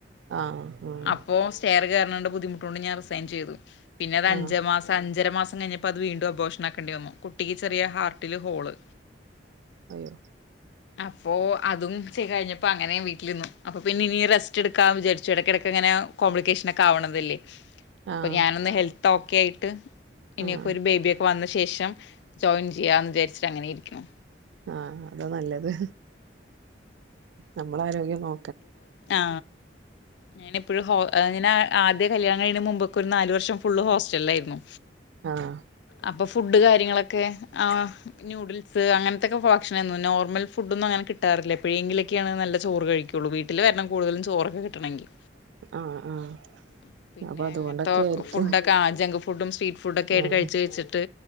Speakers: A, on the right; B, on the left.
A: ആഹ് ഉം
B: അപ്പോ സ്റ്റെയർകേർന്നോണ്ട് ബുദ്ധിമുട്ടൊണ്ട് ഞാൻ റിസൈൻ ചെയ്തു പിന്ന
A: ആഹ്
B: അഞ്ച്മാസ അഞ്ചര മാ സം കഴിഞ്ഞപ്പോ അത് വീണ്ടും അബോഷൻ ആക്കേണ്ടിവന്നു കുട്ടിക്ക്ചെറിയ ഹാർട്ടില് ഹോള്
A: അയോ
B: അപ്പൊ അതും ചെ കഴിഞ്ഞപ്പോ അങ്ങനെ വീട്ട്ല്ന്നു അപ്പൊ പിന്ന ഇനി റസ്റ്റ്ട്ക്കാം വിചാരിച്ച് എടക്കെട്ക്ക് ഇങ്ങനെ നെ കോപ്ലിക്കേഷനൊക്കെ ആവ്ണതല്ലേ അപ്പൊ
A: ആഹ്
B: ഞാനൊന്ന് ഹെൽത്ത് ഓക്കെ ആയിട്ട് ഇനിഒക്കെ
A: ആഹ്
B: ഒരു ബേബിയൊക്കെ വന്ന ശേഷം ജോയിൻ ചെയ്യാന്ന് വിചാരിച്ചിട്ട് അങ്ങനെയിരിക്ക്ണു.
A: ആ അതാ നല്ലത് നമ്മള ആരോഗ്യം നോ
B: ക്കണ്ടേ ആ ഞാനിപ്പൊഴും ഹോ ഇങ്ങനെ ആദ്യ കല്യാണകയ്യ്‌ണ മുമ്പൊക്കെ ഒരു നാലവർഷം ഫുള് ഹോസ്റ്റൽലായിരുന്നു
A: ആഹ്
B: അപ്പൊ ഫുഡ് കാര്യങ്ങളൊക്കെ ആ നൂഡിൽസ് അങ്ങനത്തെക്കെ ഫണ്ക്ഷൻ ആയിരുന്നു, നോർമൽ ഫുഡ് ഒന്നും അങ്ങനെ കിട്ടാറില്ല, എപ്പോഴെങ്കിലൊക്കെയാണ് നല്ല ചോറ് കഴിക്കുകയുള്ളൂ വീട്ടി വീട്ടില് വരണം കൂടുതലും ചോറ് ഒക്കെ കിട്ടണമെങ്കിൽ.
A: ആഹ് ആഹ്
B: അആ പിന്നെ
A: അപ്പൊ അതുകൊണ്ടൊക്കെ
B: അങ്ങൻത്തെ
A: ആയിരിക്കും
B: ഫുഡൊക്കെ ജങ്ക്ഫുഡും സ്ട്രീ ആ ആ ഫുഡ്ഡ്ഒക്കെയിട്ട്
A: ആഹ്
B: കഴിച്ച് കഴിച്ചിട്ട്